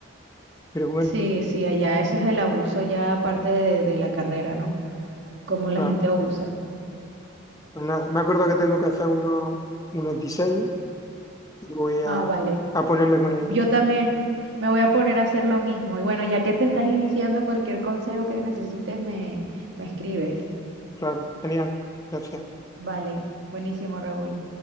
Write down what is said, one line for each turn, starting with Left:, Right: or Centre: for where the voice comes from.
Left: Pero bueno,
Right: Sí, sí, allá eso es el abuso ya aparte de, de la carrera, ¿no? Cómo
Left: claro.
Right: la gente abusa.
Left: Pues nada, me acuerdo que tengo que hacer unos, unos diseños y voy a,
Right: Ah, vale.
Left: a ponerme con ellos.
Right: Yo también me voy a poner a hacer lo mismo. Y bueno, ya que te estás iniciando, cualquier consejo que necesites me, me escribes.
Left: Claro, genial. Gracias.
Right: Vale, buenísimo, Raúl.